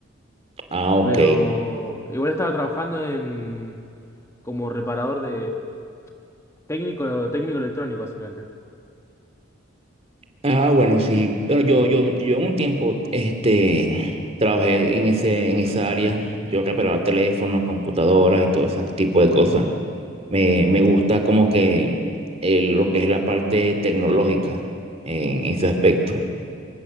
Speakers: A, on the right; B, on the left.
A: Ah, ok.
B: Pero igual estaba trabajando en como reparador de técnico, técnico electrónico, básicamente.
A: Ah, bueno, sí. Eh, Yo, yo, yo un tiempo, este, trabajé en ese, en esa área. Yo reparaba teléfonos, computadoras y todo ese tipo de cosas. Me, me gusta como que eh, lo que es la parte tecnológica en ese aspecto.